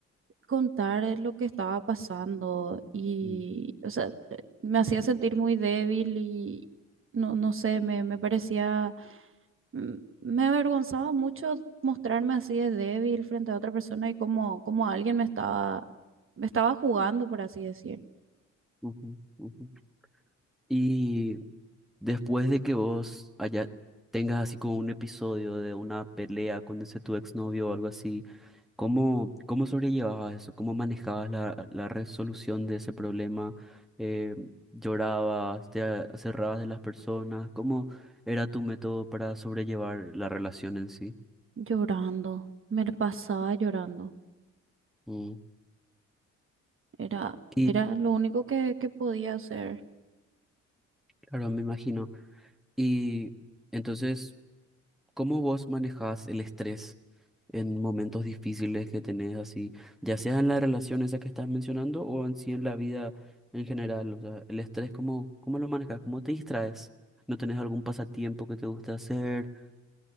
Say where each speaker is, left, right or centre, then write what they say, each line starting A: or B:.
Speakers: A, on the right (about 45°); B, in the centre.
A: contar lo que estaba pasando y,
B: Mm,
A: o sea, me hacía sentir muy débil y no, no sé, me, me parecía, mm, me avergonzaba mucho mostrarme así de débil frente a otra persona y como, como alguien me estaba, me estaba jugando, por así decir,
B: ujú, ujú. Y después de que vos haya, tengas así como un episodio de una pelea con ese tu exnovio o algo así, ¿cómo, cómo sobrellevabas eso? ¿Cómo manejabas la, la resolución de ese problema? Eh, ¿llorabas? ¿Te a- cerrabas de las personas? ¿Cómo era tu método para sobrellevar la relación en sí?
A: llorando, me la pasaba llorando.
B: Mm,
A: Era,
B: Y
A: era lo único que, que podía hacer.
B: claro, me imagino. Y entonces, ¿cómo vos manejás el estrés en momentos difíciles que tenés así, ya sea en la relación esa que estás mencionando o en sí en la vida en general? O sea, el estrés, ¿cómo, cómo lo manejas? ¿Cómo te distraes? ¿No tenés algún pasatiempo que te guste hacer?